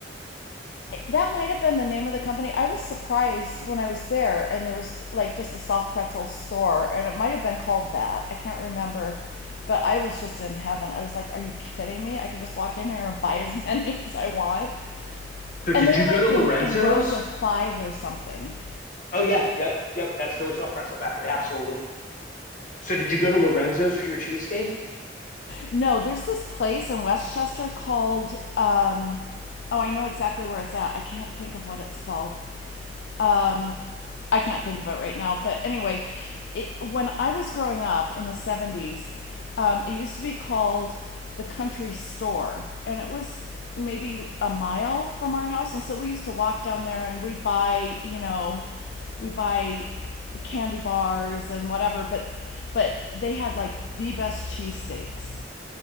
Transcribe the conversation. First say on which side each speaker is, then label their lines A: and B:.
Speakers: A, on the left; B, on the left.
A: that might have been the name of the company. I was surprised when I was there, and there was like just a soft pretzel store, and it might have been called that. I can't remember, but I was just in heaven. I was like, "Are you kidding me? I can just walk in here and buy as <laughs> many as I want."
B: So did
A: And they were
B: you
A: like
B: go to Lorenzo's?
A: in in rows of five or something.
B: Oh, yeah. Yep. Yep. That's Philly Soft Pretzel Factory. Absolutely. So did you go to Lorenzo's for your cheesesteak?
A: No, there's this place in Westchester called. Um, oh, I know exactly where it's at. I can't think of what it's called. Um, I can't think of it right now, but anyway, it, when I was growing up in the 70s, um, it used to be called the country store, and it was maybe a mile from our house. And so we used to walk down there and we'd buy, you know, we buy candy bars and whatever, but but they had like the best cheesesteaks.